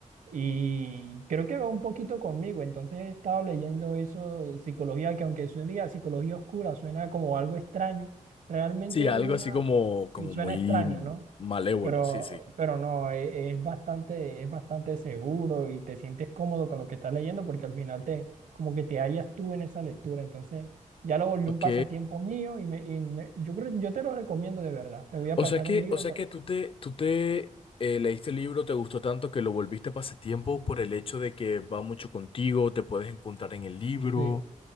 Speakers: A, on the right; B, on the left.
A: y creo que va un poquito conmigo. Entonces he estado leyendo eso, psicología, que aunque suena psicología oscura, suena como algo extraño. Realmente
B: Sí, algo
A: una,
B: así como,
A: sí,
B: como
A: suena
B: muy
A: extraño, ¿no?
B: malévolo,
A: Pero,
B: sí, sí.
A: pero no, e- es, bastante, es bastante seguro y te sientes cómodo con lo que estás leyendo porque al final te, como que te hallas tú en esa lectura. Entonces ya lo volvió
B: Ok.
A: un pasatiempo mío y, me, y me- yo creo, yo te lo recomiendo de verdad. Te voy a
B: O
A: pasar
B: sea que,
A: un libro.
B: o sea que tú te, tú te eh, leíste el libro, te gustó tanto que lo volviste pasatiempo por el hecho de que va mucho contigo, te puedes encontrar en el libro.
A: Sí,